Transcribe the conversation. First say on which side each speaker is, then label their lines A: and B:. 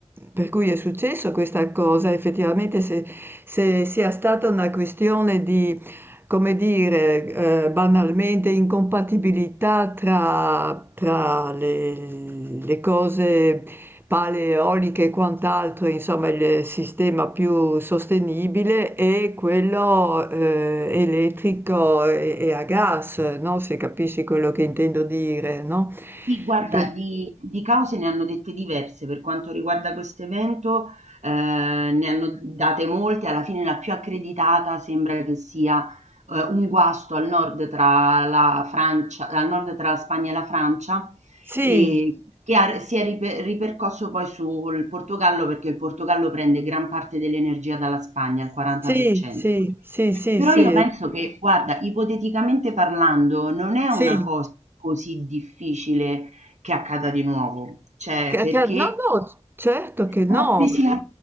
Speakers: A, on the right; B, on the right.
A: per cui è successo questa cosa, effettivamente se se sia stata una questione di, come dire, ehm, banalmente incompatibilità tra tra le le cose paleoliche e quant'altro, insomma il sistema più sostenibile è quello eh, elettrico e, e a gas, no? Se capisci quello che intendo dire, no?
B: Sì, guarda,
A: Per-
B: di, di cause ne hanno dette diverse per quanto riguarda questo evento, eh, ne hanno date molte, alla fine la più accreditata sembra che sia eh, un guasto al nord tra la Francia, al nord tra la Spagna e la Francia,
A: Sì,
B: e che ha si è ripe ripercosso poi sul Portogallo, perché il Portogallo prende gran parte dell'energia dalla Spagna, il 40%.
A: sì, sì, sì, sì,
B: Però
A: sì,
B: io penso
A: eh,
B: che, guarda, ipoteticamente parlando, non è
A: sì,
B: una cosa così difficile che accada di nuovo, cioè
A: che-
B: perché
A: che- no, no, certo che
B: siamo
A: no,
B: appesi a,